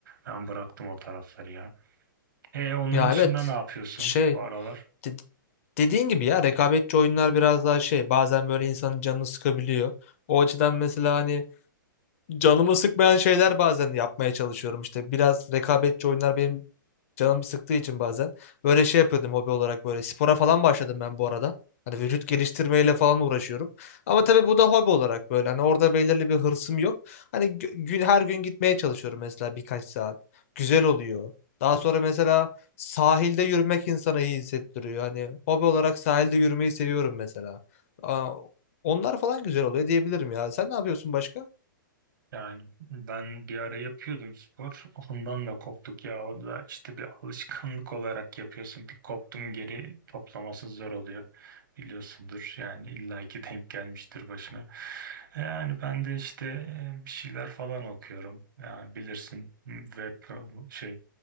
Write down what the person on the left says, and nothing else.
Ya
evet.
Şey
de- dediğin gibi ya rekabetçi oyunlar biraz daha şey bazen böyle insanın canını sıkabiliyor. O açıdan mesela hani canımı sıkmayan şeyler bazen yapmaya çalışıyorum işte. Biraz rekabetçi oyunlar benim Canım sıktığı için bazen. Böyle şey yapıyordum hobi olarak böyle. Spora falan başladım ben bu arada. Hani vücut geliştirmeyle falan uğraşıyorum. Ama tabii bu da hobi olarak böyle. Hani orada belirli bir hırsım yok. Hani gü- gün, her gün gitmeye çalışıyorum mesela birkaç saat. Güzel oluyor. Daha sonra mesela sahilde yürümek insana iyi hissettiriyor. Hani hobi olarak sahilde yürümeyi seviyorum mesela. Aa, onlar falan güzel oluyor diyebilirim ya. Sen ne yapıyorsun başka?